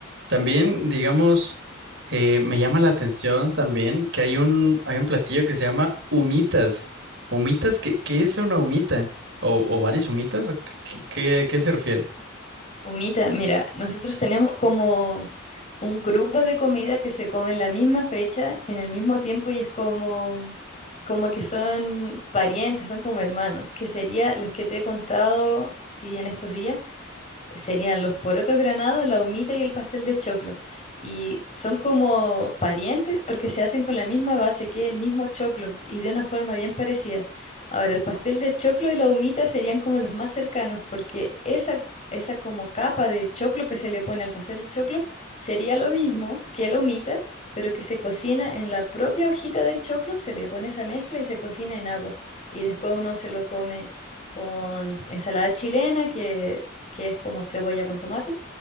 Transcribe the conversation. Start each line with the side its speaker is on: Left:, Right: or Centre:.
Right: También, digamos, eh, me llama la atención también que hay un, hay un platillo que se llama humitas. ¿Humitas? ¿Qué, qué es una humita? ¿O, o varias humitas? ¿O qué, qué- qué
Left: Ah,
Right: se refiere?
Left: Humita, mira, nosotros tenemos como un grupo de comida que se come en la misma fecha, en el mismo tiempo, y es como, como que son parientes, son como hermanos, que sería los que te he contado, sí, en estos días serían los porotos granados, la humita y el pastel de choclo. Y son como parientes porque se hacen con la misma base que el mismo choclo y de una forma bien parecida. Ahora, el pastel de choclo y la humita serían como los más cercanos porque esa, esa como capa de choclo que se le pone al pastel de choclo sería lo mismo que la humita, pero que se cocina en la propia hojita del choclo, se le pone esa mezcla y se cocina en agua. Y después uno se lo come con ensalada chilena, que que es como cebolla con tomate,